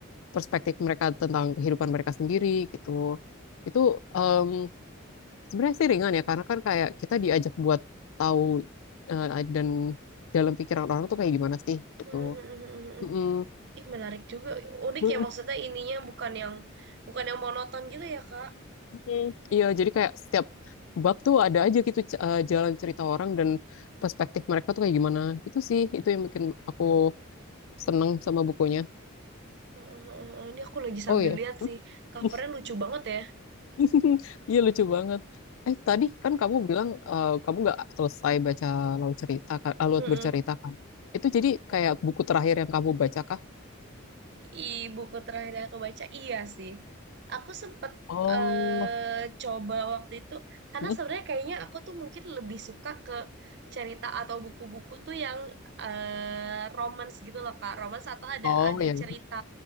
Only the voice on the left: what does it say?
perspektif mereka tentang kehidupan mereka sendiri gitu. Itu em, sebenarnya sih ringan ya, karena kan kayak kita diajak buat tahu eh, dan dalam pikiran orang tuh kayak gimana sih gitu.
Mm-mm.
<laughs>
Mm-mm. Iya, jadi kayak setiap bab tuh ada aja gitu c- eh, jalan cerita orang dan perspektif mereka tuh kayak gimana. Itu sih, itu yang bikin aku seneng sama bukunya.
Oh
iya.
<laughs>
<laughs> Iya lucu banget. Eh tadi kan kamu bilang eh, kamu nggak selesai baca laut cerita kan, ah, laut
bercerita kan. Itu jadi kayak buku terakhir yang kamu baca kah?
Oh,
hmm.
oh
ya.